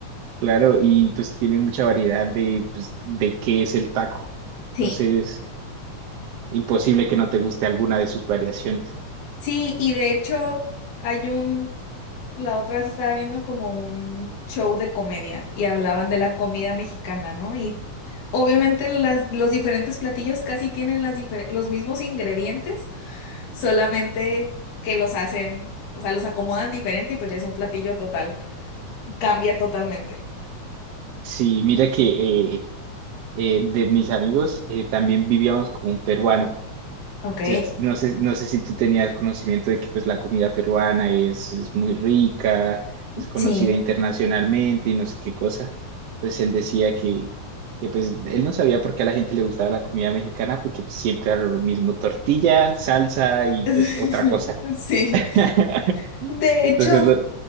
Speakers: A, on the right; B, on the left.
A: Claro, y pues tiene mucha variedad de, pues, de qué es el taco,
B: Sí,
A: entonces imposible que no te guste alguna de sus variaciones.
B: sí, y de hecho hay un, La otra vez estaba viendo como un show de comedia y hablaban de la comida mexicana, ¿no? Y obviamente las, los diferentes platillos casi tienen las difer- los mismos ingredientes, solamente que los hacen, o sea, los acomodan diferente y pues ya es un platillo total, cambia totalmente.
A: Sí, mira que eh, eh, de mis amigos eh, también vivíamos con un peruano.
B: Ok,
A: Entonces, no sé, no sé si tú tenías conocimiento de que pues, la comida peruana es, es muy rica, es conocida
B: sí.
A: internacionalmente y no sé qué cosa. Entonces él decía que, que pues, él no sabía por qué a la gente le gustaba la comida mexicana, porque pues, siempre era lo mismo, tortilla, salsa y
B: <laughs>
A: pues otra cosa.
B: Sí.
A: <laughs>
B: De hecho,
A: Entonces, lo,